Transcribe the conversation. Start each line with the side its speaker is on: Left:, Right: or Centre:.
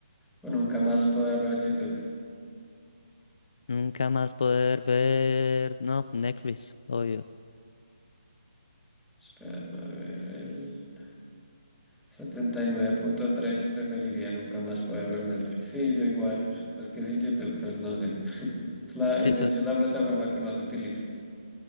Centre: o nunca más poder ver YouTube?
Left: Nunca más poder ver. No, Netflix, obvio.
Centre: Espérame a ver el... setenta y nueve punto tres preferiría nunca más poder ver Netflix. Sí, yo igual. Es que sin YouTube, pues no sé. <laughs> Es la,
Left: Sí,
Centre: de
Left: so-
Centre: hecho, es la plataforma que más utilizo.